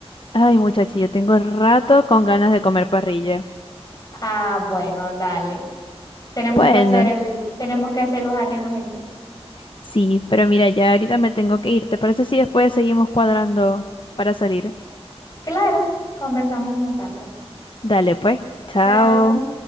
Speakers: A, on the left; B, on the left.
A: Ay, muchachos, yo tengo rato con ganas de comer parrilla.
B: Ah, bueno, dale. Tenemos
A: Bueno,
B: que hacer el, tenemos que hacer los arreglos entonces.
A: sí, pero mira, ya ahorita me tengo que ir. ¿Te parece si después seguimos cuadrando para salir?
B: Claro, conversamos un rato.
A: Dale, pues. Chao.
B: Chao.